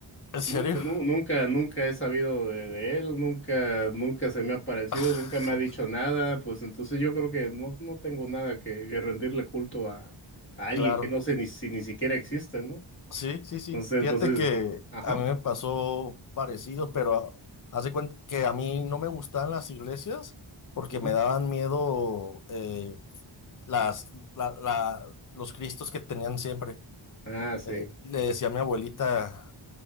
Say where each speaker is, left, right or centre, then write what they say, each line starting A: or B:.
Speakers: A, on the left (about 45°); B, on the left (about 25°).
A: ¿En serio?
B: Nunca, nu- nunca, nunca he sabido de, de él, nunca, nunca se me ha parecido,
A: <laughs>
B: nunca me ha dicho nada, pues entonces yo creo que no, no tengo nada que, que rendirle culto a, a alguien
A: Claro,
B: que no sé ni si ni siquiera existe, ¿no?
A: sí, sí, sí.
B: Entonces,
A: Fíjate
B: entonces,
A: que
B: ajá,
A: a mí me pasó parecido, pero haz de cuenta que a mí no me gustaban las iglesias porque
B: ujú,
A: me daban miedo eh, las, la- la- los cristos que tenían siempre.
B: ah, sí,
A: Eh, le decía a mi abuelita.